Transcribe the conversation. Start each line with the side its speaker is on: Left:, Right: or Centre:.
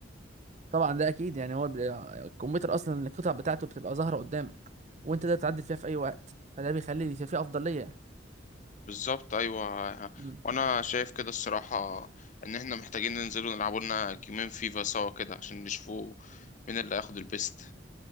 Right: طبعا ده اكيد يعني هو البلاي- الكمبيوتر اصلا القطع بتاعته بتبقى ظاهره قدامك وانت تقدر تعدل فيها في اي وقت فده بيخلي في في افضليه
Left: بالظبط ايوه
Right: مم.
Left: وانا شايف كده الصراحه ان احنا محتاجين ننزل ونلعبوا لنا جيمين فيفا سوا كده عشان نشوفوا مين اللي هياخد البيست